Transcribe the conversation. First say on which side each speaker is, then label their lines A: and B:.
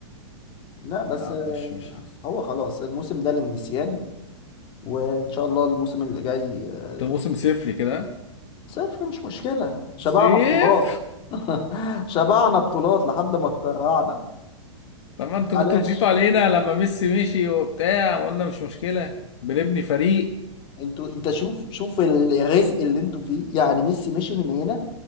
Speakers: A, on the left; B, on the left.
A: لا بس
B: ما
A: آه،
B: مش مش حاسس
A: هو خلاص الموسم ده للنسيان وإن شاء الله الموسم اللي جاي آه،
B: ده موسم صفري كده
A: صفر مش مشكلة شبعنا
B: صيف
A: بطولات <laughs> شبعنا بطولات لحد ما اتكرعنا
B: <laughs> طب ما انتوا
A: معلش
B: كنتوا تزيتوا علينا لما ميسي مشي وبتاع وقلنا مش مشكلة بنبني فريق
A: انتوا انت شوف شوف الرزق اللي انتوا فيه يعني ميسي مشي من هنا